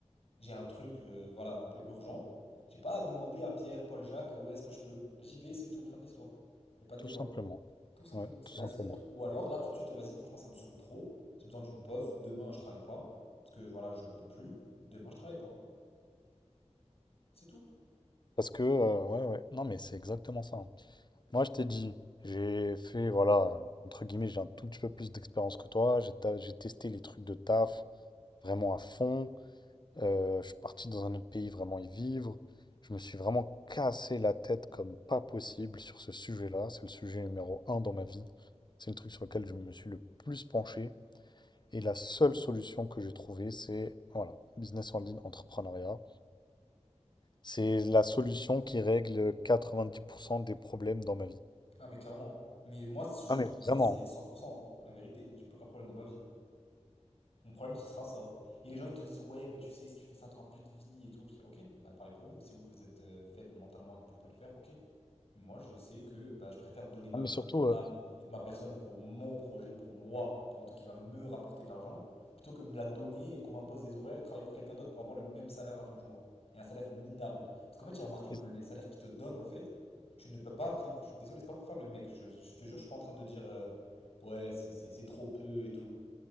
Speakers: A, on the left; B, on the left.
A: j'ai un truc, euh, voilà, un peu urgent, j'ai pas à demander à Pierre, Paul, Jacques, euh, ouais, est-ce que je peux? J'y vais, c'est tout, fin de l'histoire. Y a pas de
B: Tout
A: débat.
B: simplement.
A: Tout simplement.
B: Ouais,
A: C'est
B: tout
A: la
B: simplement.
A: seule truc. Ou alors, là, tout de suite, vas-y, franchement, ça me saoule trop. J'ai besoin d'une pause. Demain, je travaille pas. Parce que voilà, je peux plus. Demain, je travaille pas. C'est tout.
B: Parce que, euh, ouais, ouais. Non, mais c'est exactement ça. hein. Moi, je t'ai dit, j'ai fait, voilà, entre guillemets, j'ai un tout petit peu plus d'expérience que toi. J'ai ta- j'ai testé les trucs de taf vraiment à fond. Euh, je suis parti dans un autre pays vraiment y vivre. Je me suis vraiment cassé la tête comme pas possible sur ce sujet-là. C'est le sujet numéro un dans ma vie. C'est le truc sur lequel je me suis le plus penché. Et la seule solution que j'ai trouvée, c'est voilà, business en ligne, entrepreneuriat. C'est la solution qui règle 90% des problèmes dans ma vie.
A: Ah, mais clairement. Mais moi, si
B: Ah
A: je
B: mais
A: t'en ai ça,
B: vraiment.
A: c'est 100%, hein, la vérité. J'ai plus aucun problème dans ma vie. Mon problème, ce sera ça. Et les gens, ils te disent, ouais, mais tu sais, si tu fais ça, t'auras plus de vie et tout. Je dis, ok, bah parlez pour vous. Si vous, vous êtes euh, faible mentalement et que vous pouvez pas le faire, ok. Mais Moi, je sais que bah, je préfère donner ma
B: Ah mais
A: vie
B: surtout,
A: et mon
B: euh,
A: âme et de ma personne pour mon projet, pour moi, pour un truc qui va me rapporter de l'argent, plutôt que me la donner et qu'on m'impose des horaires et travailler pour quelqu'un d'autre pour avoir le même salaire à la fin du mois. Et un salaire minable. Parce qu'en fait, j'ai remarqué que
B: et-
A: les salaires qu'ils te donnent, en fait, tu ne peux pas vivre. Je suis désolé, c'est pas pour faire le mec. Je, je te jure, je suis pas en train de dire, euh, ouais, c'est c'est- c'est trop peu et tout.